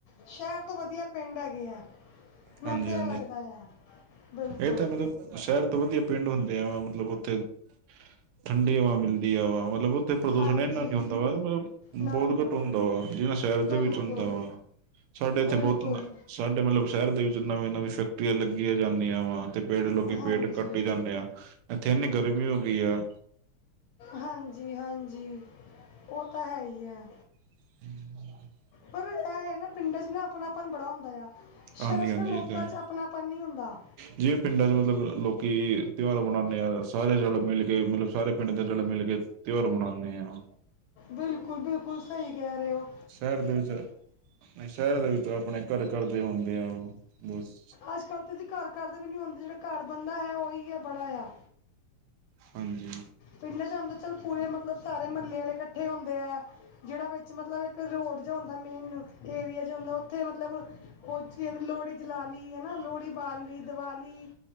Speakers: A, on the left (about 75°); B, on the right (about 85°).
A: ਸ਼ਹਿਰ ਤੋਂ ਵਧੀਆ ਪਿੰਡ ਹੈਗੇ ਆ, ਮੈਨੂੰ
B: ਹਾਂਜੀ
A: ਤੇ
B: ਹਾਂਜੀ
A: ਐ ਲੱਗਦਾ ਆ ਬਿਲਕੁਲ
B: ਇਹ ਤਾਂ ਮਤਲਬ ਸ਼ਹਿਰ ਵਧੀਆ ਪਿੰਡ ਹੁੰਦੇ ਆ ਵਾ ਮਤਲਬ ਉੱਥੇ, ਠੰਡੀ ਹਵਾ ਮਿਲਦੀ ਆ ਵਾ ਮਤਲਬ ਤੇ ਪ੍ਰਦੂਸ਼ਣ
A: ਹਾਂਜੀ
B: ਇੰਨਾ ਨੀ ਹੁੰਦਾ ਵਾ, ਮਤਲਬ
A: ਨਾ
B: ਬਹੁਤ
A: ਨਾ
B: ਘੱਟ ਹੁੰਦਾ ਵਾ ਜਿਨਾ ਸ਼ਹਿਰ ਦੇ
A: ਬਿਲਕੁਲ
B: ਵਿੱਚ ਹੁੰਦਾ ਵਾ ਸਾਡੇ ਇੱਥੇ
A: ਬਿਲਕੁਲ
B: ਬਹੁਤ ਹੁੰਦਾ ਐ, ਸਾਡੇ ਮਤਲਬ ਸ਼ਹਿਰ ਦੇ ਵਿੱਚ ਨਵੀਂ- ਨਵੀਂ ਫੈਕਟਰੀਆਂ ਲੱਗੀਆਂ ਜਾਂਦੀ ਠੰਡੀ ਹਵਾ ਤੇ ਪੇੜ ਲੋਕੀ
A: ਹਾਂਜੀ
B: ਪੇੜ ਕੱਟੀ ਜਾਂਨੇ ਆ, ਇੱਥੇ ਇੰਨੀ ਗਰਮੀ ਹੋ ਗਈ ਆ
A: ਹਾਂਜੀ, ਹਾਂਜੀ ਉਹ ਤਾਂ ਹੈ‌ ਈ ਐ।
B: <inaudible>
A: ਪਰ ਇਹ ਏ ਨਾ ਪਿੰਡਾਂ ਚ ਨਾ ਆਪਣਾਪਨ ਬੜਾ ਹੁੰਦਾ ਆ।
B: ਹਾਂਜੀ
A: ਸ਼ਹਿਰਾਂ'ਚ
B: ਹਾਂਜੀ
A: ਨਾ ਲੋਕਾਂ
B: ਇਹ ਤਾਂ ਹੈ
A: 'ਚ ਆਪਣਾਪਨ ਨੀ ਹੁੰਦਾ।
B: ਜਿਵੇਂ ਪਿੰਡਾਂ ਚ ਮਤਲਬ ਲੋਕੀ ਤਿਉਹਾਰ ਮਨਾਣੇ ਆਂ, ਸਾਰੇ ਰਲ- ਮਿਲ ਕੇ ਮਤਲਬ ਸਾਰੇ ਪਿੰਡ ਦੇ ਰਲ-ਮਿਲ ਕੇ ਤਿਉਹਾਰ ਮਨਾਣੇ ਆਂ।
A: ਬਿਲਕੁਲ, ਬਿਲਕੁਲ ਸਹੀ ਕਹਿ ਰਏ ਓ।
B: ਸ਼ਹਿਰ ਦੇ ਵਿੱਚ, ਨਹੀਂ ਸ਼ਹਿਰ ਦੇ ਵਿੱਚ ਆਪਣੇ ਘਰ-ਘਰ ਦੇ ਹੁੰਦੇ ਆ ਉਹ ਬਸ
A: ਅੱਜ-ਕੱਲ੍ਹ ਤੇ ਜੇ ਘਰ ਘਰਦੇ ਵੀ ਨੀ ਹੁੰਦੇ, ਜੇੜਾ ਘਰ ਬੰਦਾ ਹੈ ਉਹੀ ਹੈ ਬੜਾ ਆ
B: ਹਾਂਜੀ।
A: ਪਿੰਡ ਚ ਆਂਦਾ ਚੱਲ ਪੂਰੇ ਮਤਲਬ ਸਾਰੇ ਮੱਹਲੇ ਵਾਲੇ ਕੱਠੇ ਹੁੰਦੇ ਆ। ਜੇੜਾ ਵਿੱਚ ਮਤਲਬ ਇੱਕ ਰੋਡ ਜਾ ਹੁੰਦਾ ਮੇਨ ਏਰੀਆ ਜਾ ਹੁੰਦਾ ਮਤਲਬ ਉਹ'ਚ ਕੀ ਕਹਿੰਦੇ ਲੋਹੜੀ ਜਲਾ ਲੀ ਹਨਾ ਲੋਹੜੀ ਬਾਲ ਲੀ ਦਿਵਾਲੀ